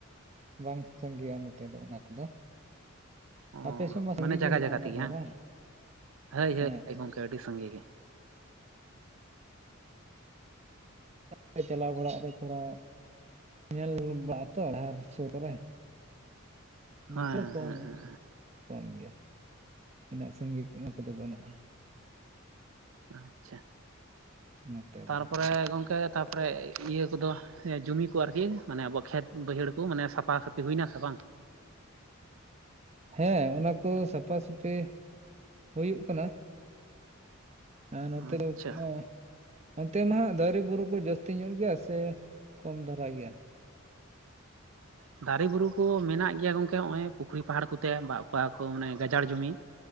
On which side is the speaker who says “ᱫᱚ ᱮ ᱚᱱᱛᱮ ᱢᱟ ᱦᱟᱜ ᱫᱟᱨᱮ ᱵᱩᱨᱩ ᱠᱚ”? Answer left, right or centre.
Right